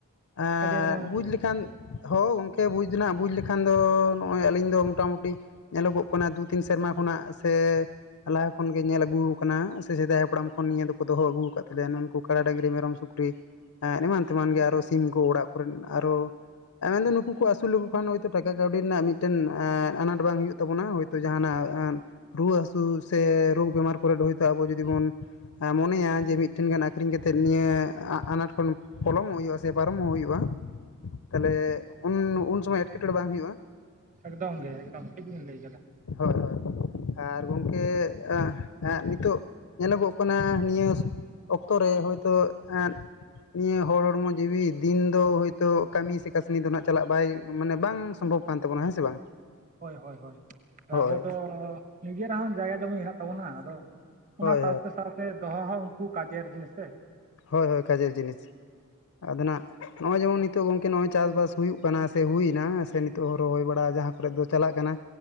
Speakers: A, on the left; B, on the right.
A: ᱟᱻᱻ
B: ᱠᱟᱡᱮᱨ ᱢᱟ
A: ᱵᱩᱡᱽ ᱞᱮ ᱮᱱᱠᱷᱟᱱ ᱦᱳ ᱜᱚᱝᱠᱮ ᱵᱩᱡᱽ ᱫᱚ ᱦᱟᱸᱜ ᱵᱩᱡᱽ ᱞᱮᱠᱷᱟᱱ ᱫᱚ ᱱᱚᱜᱼᱚᱭ ᱟᱹᱞᱤᱧ ᱫᱚ ᱢᱚᱴᱟᱢᱩᱴᱤ ᱧᱮᱞᱚᱜᱚᱜ ᱠᱟᱱᱟ ᱫᱩ ᱛᱤᱱ ᱥᱮᱨᱢᱟ ᱠᱷᱚᱱᱟᱜ ᱥᱮ ᱞᱟᱦᱟ ᱠᱷᱚᱱᱜᱮ ᱧᱮᱞ ᱟᱹᱜᱩ ᱟᱠᱟᱱᱟ ᱥᱮ ᱥᱮᱫᱟᱭ ᱦᱟᱯᱲᱟᱢ ᱠᱷᱚᱱ ᱱᱤᱭᱟᱹ ᱫᱚᱠᱚ ᱫᱚᱦᱚ ᱟᱹᱜᱩ ᱟᱠᱟᱫ ᱛᱟᱦᱮᱸ ᱱᱩᱱᱠᱩ ᱠᱟᱲᱟ, ᱰᱟᱝᱨᱤ, ᱢᱮᱨᱚᱢ ᱥᱩᱠᱨᱤ ᱮ ᱮᱢᱟᱱ ᱛᱮᱢᱟᱱ ᱜᱮ ᱟᱨᱚ ᱥᱤᱢ ᱠᱚ ᱚᱲᱟᱜ ᱠᱚᱨᱮᱱ ᱟᱨᱚ ᱢᱮᱱᱫᱚ ᱱᱩᱠᱩ ᱠᱚ ᱟᱹᱥᱩᱞ ᱞᱮᱠᱚ ᱠᱷᱟᱱ ᱦᱳᱭᱛᱳ ᱴᱟᱠᱟ ᱠᱟᱹᱣᱰᱤ ᱨᱮᱱᱟᱜ ᱢᱤᱫᱴᱮᱱ ᱮᱸ ᱟᱱᱟᱴ ᱵᱟᱝ ᱦᱩᱭᱩᱜ ᱛᱟᱵᱚᱱᱟ ᱛᱟᱵᱚᱱᱟ ᱦᱳ ᱛᱚ ᱡᱟᱦᱟᱸᱱᱟᱜ ᱨᱩᱣᱟᱹ ᱦᱟᱹᱥᱩ ᱥᱮ ᱨᱳᱜᱽ ᱵᱤᱢᱟᱨ ᱠᱚᱨᱮ ᱫᱚ ᱦᱳᱭᱛᱳ ᱟᱵᱚ ᱡᱩᱫᱤ ᱵᱚᱱ ᱢᱚᱱᱮᱭᱟ ᱡᱮ ᱢᱤᱫᱴᱮᱱ ᱜᱟᱱ ᱟᱹᱠᱷᱨᱤᱧ ᱠᱟᱛᱮᱫ ᱱᱤᱭᱟᱹ ᱟᱱᱟᱴ ᱠᱷᱚᱱ ᱯᱚᱞᱚᱢᱚᱜ ᱦᱩᱭᱩᱜᱼᱟ᱾ ᱥᱮ ᱯᱟᱨᱚᱢ ᱦᱚᱸ ᱦᱩᱭᱩᱜᱼᱟ ᱛᱟᱦᱚᱞᱮ ᱩᱱ ᱩᱱ ᱥᱚᱢᱚᱭ ᱮᱴᱠᱮᱴᱚᱬᱮ ᱵᱟᱝ ᱦᱩᱭᱩᱜᱼᱟ᱾
B: ᱮᱠᱫᱚᱢ ᱜᱮ ᱮᱠᱫᱚᱢ ᱴᱷᱤᱠ ᱵᱮᱱ ᱞᱟᱹᱭ ᱠᱟᱫᱟ᱾
A: ᱦᱳᱭ ᱦᱳᱭ ᱟᱨ ᱜᱚᱢᱠᱮ ᱮᱸ ᱱᱤᱛᱳᱜ ᱧᱮᱞᱚᱜᱚᱜ ᱠᱟᱱᱟ ᱱᱤᱭᱟᱹ ᱚᱠᱛᱚ ᱨᱮ ᱦᱳᱭᱛᱳ ᱮᱸ ᱱᱤᱭᱟᱹ ᱦᱚᱲ ᱦᱚᱲᱢᱚ ᱡᱤᱣᱤ ᱫᱤᱱ ᱫᱚ ᱦᱳᱭᱛᱳ ᱠᱟᱹᱢᱤ ᱥᱮ ᱠᱟᱹᱥᱱᱤ ᱫᱚ ᱦᱟᱸᱜ ᱪᱟᱞᱟᱜ ᱵᱟᱭ ᱢᱟᱱᱮ ᱵᱟᱝ ᱥᱚᱢᱵᱷᱚᱵᱽ ᱠᱟᱱ ᱛᱟᱵᱚᱱᱟ ᱦᱮᱸ ᱥᱮ ᱵᱟᱝ᱾
B: ᱦᱳᱭ ᱦᱳᱭ ᱦᱳᱭ
A: ᱦᱳᱭ
B: ᱟᱵᱚ ᱫᱚ ᱱᱤᱡᱮᱨ ᱨᱮᱦᱚᱸ ᱡᱟᱭᱜᱟ ᱡᱚᱢᱤ ᱦᱮᱱᱟᱜ ᱛᱟᱵᱚᱱᱟ ᱟᱫᱚ ᱚᱱᱟ
A: ᱦᱳᱭ ᱦᱳᱭ
B: ᱥᱟᱶᱛᱮ ᱥᱟᱶᱛᱮ ᱫᱚᱦᱚ ᱦᱚᱸ ᱩᱱᱠᱩ ᱠᱟᱡᱟᱨ ᱡᱤᱱᱤᱥ ᱥᱮ᱾
A: ᱦᱳᱭ ᱦᱳᱭ ᱠᱟᱡᱮᱨ ᱡᱤᱱᱤᱥ, ᱟᱫᱱᱟᱜ ᱱᱚᱜ-ᱚᱭ ᱡᱮᱢᱚᱱ ᱱᱤᱛᱚᱜ ᱜᱚᱝᱠᱮ ᱱᱚᱜ-ᱚᱭ ᱪᱟᱥᱵᱟᱥ ᱦᱩᱭᱩᱜ ᱠᱟᱱᱟ ᱥᱮ ᱦᱩᱭᱮᱱᱟ ᱥᱮ, ᱱᱤᱛᱚᱜ ᱦᱚᱸ ᱨᱚᱦᱚᱭ ᱵᱟᱲᱟᱜ ᱡᱟᱦᱟᱸ ᱠᱚᱨᱮᱫ ᱫᱚ ᱪᱟᱞᱟᱜ ᱠᱟᱱᱟ᱾